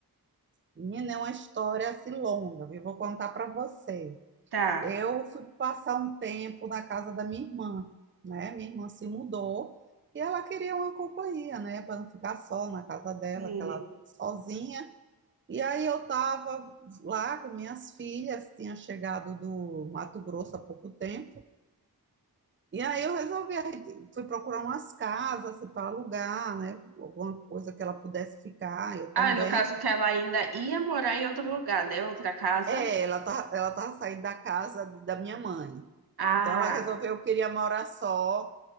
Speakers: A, on the right; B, on the right.
A: Menina, é uma história assim longa, viu? Vou contar para você.
B: Tá,
A: Eu fui passar um tempo na casa da minha irmã, né? Minha irmã se mudou e ela queria uma companhia, né? Para não ficar só na casa dela,
B: sim.
A: que ela sozinha. E aí eu estava lá com minhas filhas, tinha chegado do Mato Grosso há pouco tempo. E aí eu resolvi, aí fui procurar umas casas assim, para alugar, né? Alguma coisa que ela pudesse ficar, eu também.
B: Ah, no caso que ela ainda ia morar em outro lugar, né? Outra casa.
A: É, ela tá, ela tava saindo da casa da minha mãe.
B: Ah,
A: Então ela resolveu que queria morar só.